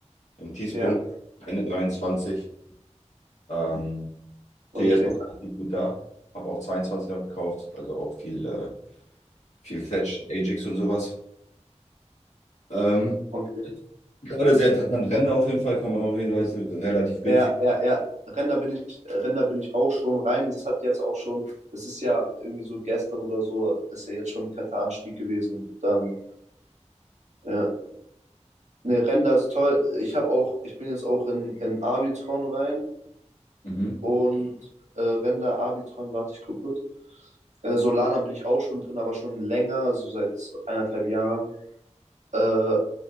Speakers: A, on the left; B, on the right.
A: im Tiefpunkt,
B: Ja,
A: Ende 23. Ähm, stehe
B: okay,
A: jetzt noch relativ gut da. Habe auch 22 noch gekauft, also auch viel, äh, viel Fetch, Ajax und sowas. Ähm,
B: okay.
A: gerade sehr interessant. Ränder auf jeden Fall kann man auch jeden Fall relativ günstig.
B: Ja, ja, ja. Render bin ich, Render bin ich auch schon rein. Es hat jetzt auch schon, es ist ja irgendwie so gestern oder so, ist ja jetzt schon ein fetter Anstieg gewesen. Dann, ja. Ne, Render ist toll. Ich habe auch, ich bin jetzt auch in, in Arbitron rein
A: Mhm.
B: und äh, Render, Arbitron, warte, ich guck kurz. Äh, Solana bin ich auch schon drin, aber schon länger, so seit eineinhalb Jahren. Äh,